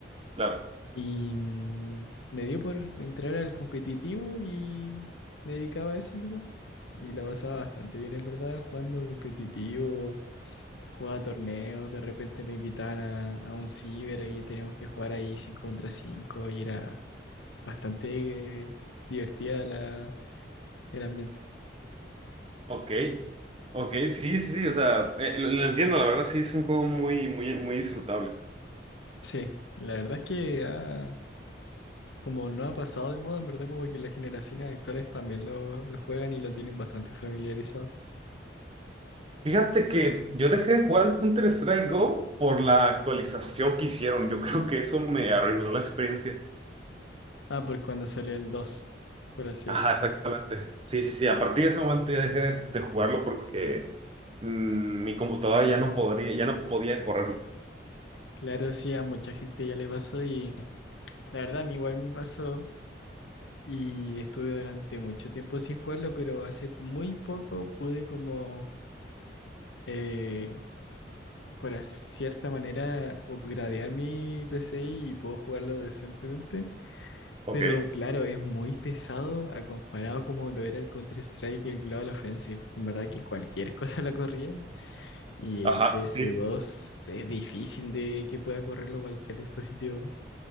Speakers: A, on the right; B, on the left.
A: claro.
B: Y mm, me dio por entrar al competitivo y me dedicaba a eso, en verdad. Y la pasaba bastante bien, en verdad, jugando competitivo Jugaba torneos, de repente me invitaban a, a un ciber y teníamos que jugar ahí 5 contra 5 y era bastante eh, divertida la, el ambiente.
A: Ok, ok, sí, sí, sí, o sea, eh, lo, lo entiendo, la verdad, sí, es un juego muy, muy, muy disfrutable.
B: Sí, la verdad es que ha- como no ha pasado de moda, en verdad como que las generaciones actuales también lo, lo juegan y lo tienen bastante familiarizado.
A: Fíjate que yo dejé de jugar Counter-Strike Go por la actualización que hicieron, yo <laughs> creo que eso me arruinó la experiencia.
B: Ah, por cuando salió el dos por así
A: Ajá,
B: decirlo.
A: exactamente. Sí, sí, sí, a partir de ese momento ya dejé de, de jugarlo porque mm, mi computadora ya no podría, ya no podía correrlo.
B: Claro, sí, a mucha gente ya le pasó y la verdad a mí igual me pasó y estuve durante mucho tiempo sin jugarlo, pero hace muy poco pude como eh, por cierta manera, upgradear mi PC y puedo jugarlo decentemente.
A: Ok,
B: Pero claro, es muy pesado a comparado como lo era el Counter-Strike y el Global Offensive. En verdad que cualquier <laughs> cosa la corría. Y
A: ajá,
B: el cs
A: sí.
B: dos es difícil de que pueda correrlo cualquier dispositivo.